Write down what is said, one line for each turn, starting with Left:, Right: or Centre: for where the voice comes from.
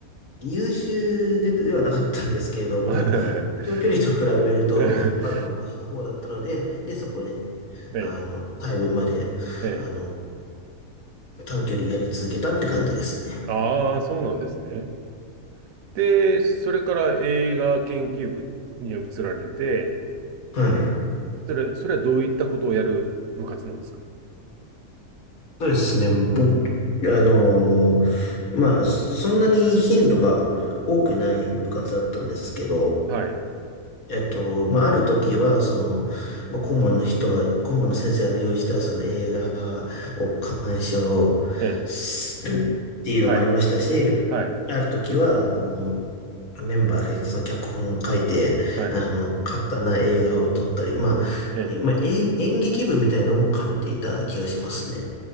Left: 優秀で、ではなかったんですけれども、
Right: <laughs> は
Left: 長距離と比べると、
Right: い。
Left: まだマシな方だったので、で、そこで、
Right: ええ、
Left: あの、回分まで、
Right: ええ。
Left: あの、短距離やり続けたって感じですね。
Right: ああ、そうなんですね。で、それから映画研究部に移られて、
Left: はい。
Right: それ、それはどういったことをやる部活なんですか
Left: そうですね。僕、あのーまあ、そんなに頻度が多くない部活だったんですけど、
Right: はい。
Left: えっと、まあ、ある時は、その、まあ、顧問の人が、顧問の先生が用意したその映画を鑑賞するっていうのもありましたし、
Right: ええ。はい。はい。
Left: ある時は、あの、メンバーでその脚本を書いて、
Right: はい。
Left: あの、簡単な映画を撮ったり、まあ、
Right: ええ。
Left: えまあ、演、演劇部みたいのも兼ねていた気がしますね。